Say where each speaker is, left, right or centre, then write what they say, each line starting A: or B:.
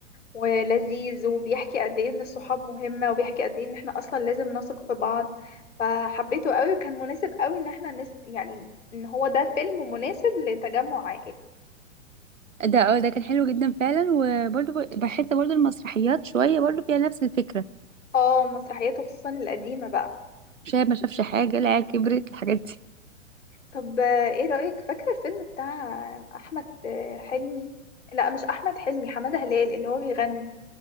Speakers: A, on the left; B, on the right.
A: ولذيذ وبيحكي قد ايه ان الصحاب مهمة وبيحكي قد ايه ان احنا اصلا لازم نثق في بعض فحبيته قوي وكان مناسب قوي ان احنا نس... يعني ان هو ده فيلم مناسب لتجمع عائلي
B: ده اه ده كان حلو جدا فعلا وبرده بحس برده المسرحيات شويه برده فيها نفس الفكره
A: اه مسرحياته خصوصا القديمة بقى
B: شايف ما شافش حاجه العيال كبرت الحاجات دي
A: طب آه، ايه رأيك فاكرة الفيلم بتاع احمد آه، حلمي لا مش احمد حلمي حمادة هلال اللي هو بيغني